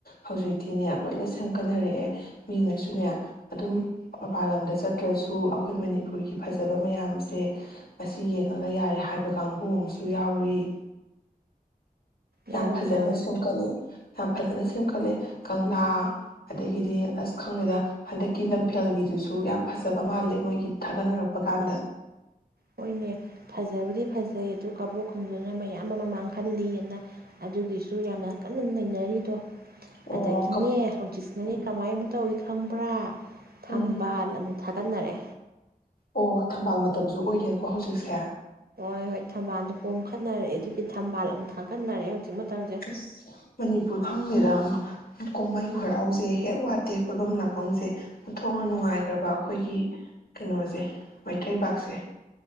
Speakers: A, on the left (about 75°); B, on the right (about 85°).
A: ꯍꯧꯖꯤꯛꯇꯤꯅꯦ ꯂꯣꯏꯅ ꯁꯦꯝꯒꯠꯅꯔꯛꯑꯦ ꯃꯤꯉꯩꯁꯨꯅꯦ ꯑꯗꯨꯝ ꯃꯄꯥꯜ ꯂꯝꯗ ꯆꯠꯇ꯭ꯔꯁꯨ ꯑꯩꯈꯣꯏ ꯃꯅꯤꯄꯨꯔꯒꯤ ꯐꯖꯕ ꯃꯌꯥꯝꯁꯦ ꯃꯁꯤ ꯌꯦꯡꯉꯒ ꯌꯥꯔꯦ ꯍꯥꯏꯕ ꯀꯥꯡꯕꯨ ꯑꯃꯁꯨ ꯌꯥꯎꯔꯤ
B: ꯌꯥꯎꯏ
A: ꯌꯥꯝ ꯐꯖꯅ
B: ꯌꯥꯎꯏ
A: ꯁꯦꯝꯨꯝꯒꯠꯂ ꯌꯥꯝ ꯐꯖꯅ ꯁꯦꯝꯒꯠꯂꯦ ꯀꯪꯂꯥ ꯑꯗꯒꯤꯗꯤ ꯑꯁ ꯈꯪꯗꯦꯗ ꯍꯟꯗꯛꯀꯤ ꯂꯝꯐꯦꯜꯒꯤꯗꯨꯁꯨ ꯌꯥꯝ ꯐꯖꯕ ꯃꯥꯜꯂꯦ ꯃꯣꯏꯒꯤ ꯊꯥꯒꯠꯅꯔꯛꯄ ꯀꯥꯟꯗ
B: ꯍꯣꯏꯅꯦ ꯐꯖꯕꯨꯗꯤ ꯐꯖꯩ ꯑꯗꯨ ꯀꯕꯣꯛ ꯈꯪꯗꯨꯅ ꯃꯌꯥꯝ ꯑꯃ ꯃꯥꯡꯍꯜꯂꯤꯑꯅ ꯑꯗꯨꯒꯤꯁꯨ ꯌꯥꯝꯅ ꯀꯟꯅ ꯅꯩꯅꯔꯤꯗꯣ
A: ꯑꯣ
B: ꯑꯗꯒꯤꯅꯦ
A: ꯀꯞ
B: ꯍꯧꯖꯤꯛꯁꯤꯅꯅꯦ
A: ꯎꯝ
B: ꯀꯃꯥꯏ ꯑꯃꯨ ꯇꯧꯋꯤ ꯈꯪꯕ꯭ꯔꯥ ꯊꯝꯕꯥꯜ
A: ꯎꯝ
B: ꯑꯃꯨꯛ ꯊ ꯇꯟꯅꯔꯦ
A: ꯑꯣ ꯊꯝꯕꯥꯜ ꯃꯇꯝꯁꯨ ꯑꯣꯏꯔꯦꯀꯣ ꯍꯧꯖꯤꯛꯁꯦ
B: ꯍꯣꯏ ꯍꯣꯏ ꯊꯝꯕꯥꯜꯗꯣ ꯄꯣꯝꯈꯠꯅꯔꯛꯑꯦ ꯑꯗꯨꯒꯤ ꯊꯝꯕꯥꯜ ꯑꯃꯨꯛ ꯊꯥꯒꯠꯅꯔꯛꯑꯦ ꯍꯧꯖꯤꯛ ꯃꯇꯝꯁꯦ
A: ꯑꯁ ꯃꯅꯤꯄꯨꯔ ꯈꯪꯗꯦꯗ <unintelligible> ꯀꯨꯝꯍꯩ ꯍꯔꯥꯎꯁꯦ ꯍꯦꯛ ꯋꯥꯠꯇꯦ ꯀꯣꯏꯐꯝ ꯂꯥꯛꯐꯝꯁꯦ ꯊꯣꯛꯅ ꯅꯨꯡꯉꯥꯏꯈ꯭ꯔꯕ ꯑꯩꯈꯣꯏꯒꯤ ꯀꯩꯅꯣꯁꯦ ꯃꯩꯇꯩꯕꯥꯛꯁꯦ